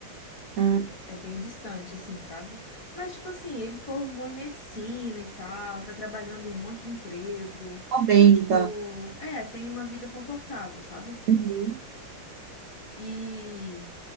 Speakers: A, on the right; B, on the left.
A: Ah,
B: É bem distante, assim, sabe? Mas, tipo assim, ele formou em medicina e tal, tá trabalhando em um monte de emprego.
A: tá bem,
B: Então, tipo,
A: então.
B: é, tem uma vida confortável, sabe?
A: Uhum.
B: E,